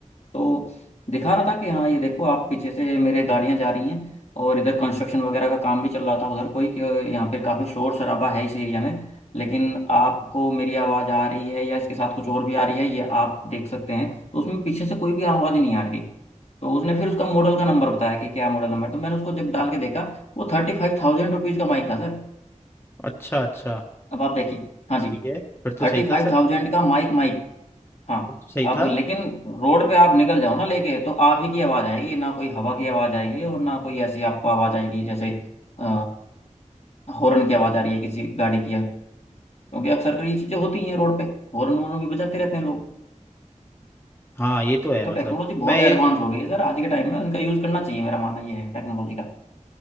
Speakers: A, on the left; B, on the left.
A: तो दिखा रहा था कि हाँ ये देखो आप पीछे से मेरे गाड़ियां जा रही हैं और इधर कंस्ट्रक्शन वगैरह का काम भी चल रहा था उधर कोई कि यहाँ पे काफ़ी शोर शराबा है इस एरिया में लेकिन आपको मेरी आवाज़ आ रही है या इसके साथ कुछ और भी आ रही है ये आप देख सकते हैं तो उसमें पीछे से कोई भी आवाज़ नहीं आ रही थी तो उसने फिर उसका मॉडल का नंबर बताया कि क्या मॉडल नंबर है तो मैंने उसको जब डाल के देखा वो थर्टी फाइव थाउजेंड रुपीज़ का माइक था सर
B: अच्छा अच्छा
A: अब आप देखिए हाँ जी
B: सही है फिर तो
A: थर्टी
B: सही
A: फाइव
B: था सर
A: थाउजेंड का माइक माइक हाँ
B: फिर तो सही
A: अब
B: था
A: लेकिन रोड पे आप निकल जाओ ना लेके तो आप ही की आवाज आएगी ना कोई हवा की आवाज आएगी और ना कोई ऐसी आपको आवाज आएगी जैसे अ, हॉर्न की आवाज आ रही है किसी गाड़ी की है क्योंकि अक्सर कर ये चीजें होती हैं रोड पे हॉर्न वॉर्न भी बजाते रहते हैं लोग
B: हाँ ये तो है
A: तो
B: मतलब
A: टेक्नोलॉजी बहुत
B: मैं ये
A: एडवांस हो गई है सर आज के टाइम में उनका यूज करना चाहिए मेरा मानना ये है टेक्नोलॉजी का